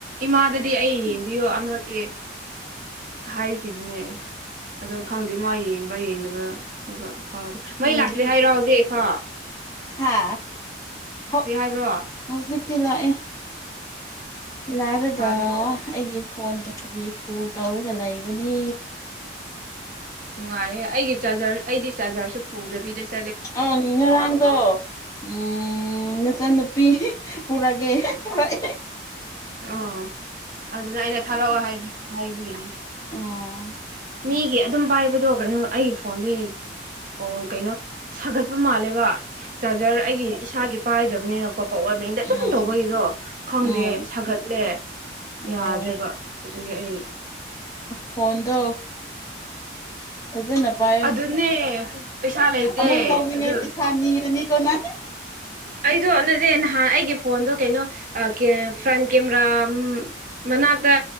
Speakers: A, on the right; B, on the left.
A: ꯏꯃꯥꯗꯗꯤ ꯑꯩ ꯕꯤꯑꯣ ꯑꯃꯔꯛꯗꯤ ꯍꯥꯏꯈꯤꯕꯅꯦ ꯑꯗꯣ ꯈꯪꯗꯦ ꯃꯥ ꯌꯦꯡꯕ꯭ꯔꯥ ꯌꯦꯡꯗꯕ꯭ꯔꯥ ꯑꯗꯨꯒ ꯍꯣꯏ ꯑꯗꯨ ꯃꯩ
B: ꯌꯦꯡꯕꯤ
A: ꯂꯥꯛꯇ꯭ꯔꯦ ꯍꯥꯏꯔꯣ ꯍꯧꯖꯤꯛ ꯍꯥ꯫
B: ꯍꯥ ꯍꯧ
A: ꯍꯥꯏꯕ꯭ꯔꯣ
B: ꯍꯧꯖꯤꯛꯇꯤ ꯂꯥꯛꯑꯦ꯫ ꯂꯥꯔꯒ
A: ꯐꯔꯦ
B: ꯑꯩꯒꯤ ꯐꯣꯟ ꯄꯦꯇꯔꯤ ꯐꯨꯜ ꯇꯧꯔꯒ ꯂꯩꯕꯅꯦ꯫
A: ꯅꯨꯡꯉꯥꯏꯔꯦ ꯑꯩꯒꯤ ꯆꯥꯔꯖꯔ ꯑꯩꯗꯤ ꯆꯥꯔꯖꯔꯁꯨ ꯄꯨꯗꯕꯤꯗꯁ
B: ꯑ ꯉꯔꯥꯡꯗꯣ ꯎꯝ ꯅꯆꯟꯅꯨꯨꯄꯤ ꯄꯨꯔꯥꯒꯦ ꯍꫭꯏ꯫
A: ꯑꯣ ꯑꯗꯨꯅ ꯑꯩꯅ ꯊꯥꯔꯛꯑꯣ ꯍꯥꯏꯕꯤ ꯍꯥꯥꯏꯕꯒꯤꯅꯤ꯫
B: ꯑꫭ꯫
A: ꯃꯤꯒꯤ ꯑꯗꯨꯝ ꯄꯥꯏꯕꯗꯣ ꯀꯩꯅꯣ ꯑꯩꯒꯤ ꯐꯣꯟꯗꯨ ꯑꯣ ꯀꯩꯅꯣ ꯁꯥꯒꯠꯄ ꯃꯥꯜꯂꯦꯕ꯫ ꯆꯥꯔꯖꯔ ꯑꯩꯒꯤ ꯏꯁꯥꯒꯤ ꯄꯥꯏꯗ꯭ꯔꯕꯅꯤꯅꯀꯣ ꯄꯋꯥꯔ ꯕꯦꯡꯗ ꯑꯗꯨꯝ
B: ꯎꯝ
A: ꯇꯧꯕꯒꯤꯗꯣ ꯈꯪꯗꯦ꯫
B: ꯎꯝ
A: ꯁꯥꯒꯠꯂꯦ
B: ꯑꯣ
A: ꯌꯥꯗ꯭ꯔꯦꯕ ꯑꯗꯨꯒꯤ ꯑꯩ
B: ꯐꯣꯟꯗꫭ ꯐꯖꯅ ꯄꯥꯏꯌꯣ
A: ꯑꯗꯨꯅꯦ ꯄꯩꯁꯥ ꯂꯩꯇꯦ
B: ꯑꯃꯨꯛ ꯂꯧꯅꯤꯡꯉꯩ
A: ꯑꯗꯨ
B: ꯄꯩꯁꯥ ꯅꯤꯔꯅꯤꯀꯣ ꯅꯪ꯫
A: ꯑꯩꯗꯣ ꯅꯅꯦ ꯅꯍꯥꯟ ꯑꯩꯒꯤ ꯐꯣꯟꯗꯣ ꯀꯩꯅꯣ ꯀꯦ ꯑ ꯐ꯭ꯔꯟ ꯀꯦꯃꯦꯔꯥ ꯎꯝ ꯃꯅꯥꯛꯇ